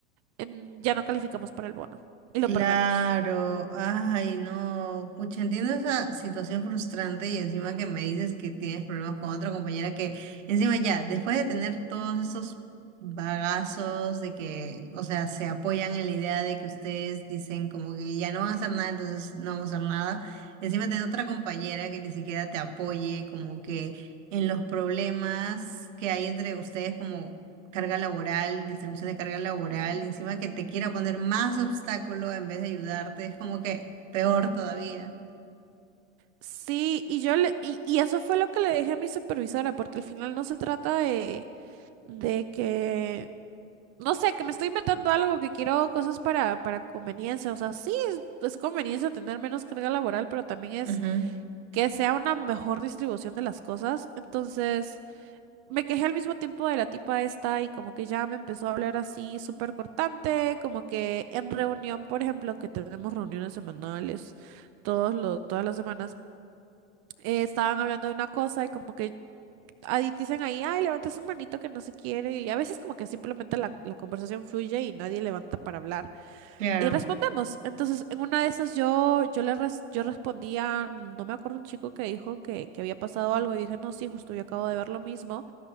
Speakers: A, on the right; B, on the right.
A: em, ya no calificamos para el bono y lo
B: Claro,
A: perdemos.
B: ay, no, pucha, entiendo esa situación frustrante y encima que me dices que tienes problemas con otra compañera que encima ya, después de tener todos esos bagazos de que, o sea, se apoyan en la idea de que ustedes dicen como que ya no van a hacer nada, entonces no vamos a hacer nada, encima tener otra compañera que ni siquiera te apoye como que en los problemas que hay entre ustedes como carga laboral, distribución de carga laboral,
A: Ujú.
B: y encima que te quiera poner más obstáculo en vez de ayudarte, es como que peor todavía.
A: Sí, y yo le, y, y eso fue lo que le dije a mi supervisora, porque al final no se trata de, de que, no sé, que me estoy inventando algo, que quiero cosas para, para conveniencia. O sea, sí, es, es conveniencia tener menos carga laboral, pero también es
B: Ujú,
A: que sea una mejor distribución de las cosas. Entonces, me quejé al mismo tiempo de la tipa esta y como que ya me empezó a hablar así súper cortante, como que en reunión, por ejemplo, que tenemos reuniones semanales todos lo- todas las semanas eh, estaban hablando de una cosa y como que ahí dicen ahí, ay, levanta su manito que no se quiere. Y a veces como que simplemente la, la conversación fluye y nadie levanta para hablar.
B: Claro.
A: Y respondemos. Entonces, en una de esas yo, yo le res- yo respondía, no me acuerdo un chico que dijo que, que había pasado algo y dije, no, sí, justo yo acabo de ver lo mismo.